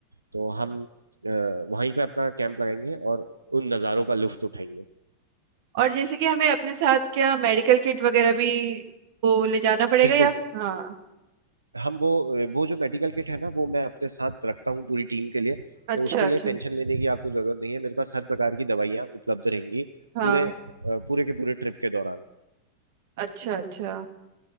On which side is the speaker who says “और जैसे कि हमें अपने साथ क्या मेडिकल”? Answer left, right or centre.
Right